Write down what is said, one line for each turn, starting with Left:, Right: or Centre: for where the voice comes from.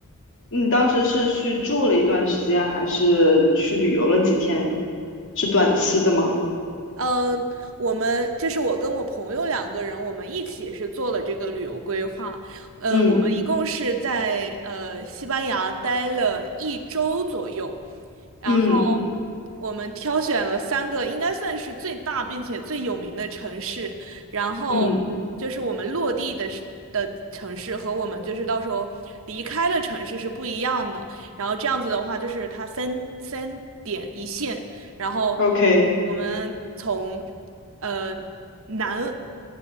Left: 你当时是去住了一段时间，还是去旅游了几天？是短期的吗？
Right: 嗯，我们就是我跟我朋友两个人，我们一起是做了这个旅游规划。嗯，
Left: 嗯
Right: 我们一共是在呃西班牙待了一周左右，然后
Left: 嗯
Right: 我们挑选了三个应该算是最大并且最有名的城市，然后就是我们落地的是的城市和我们就是到时候离开的城市是不一样的。
Left: 嗯
Right: 然后这样子的话，就是它三三点一线。然后
Left: ，OK，
Right: 我们从呃南